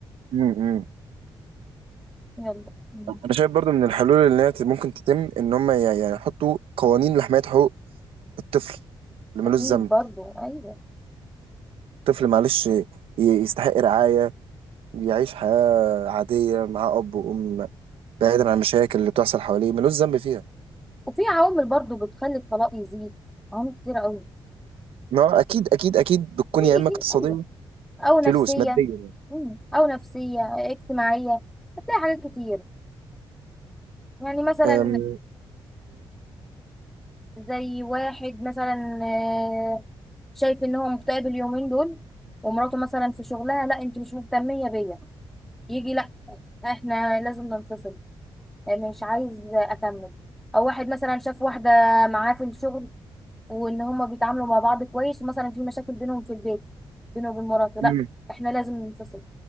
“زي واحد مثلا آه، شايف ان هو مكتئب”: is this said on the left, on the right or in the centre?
Centre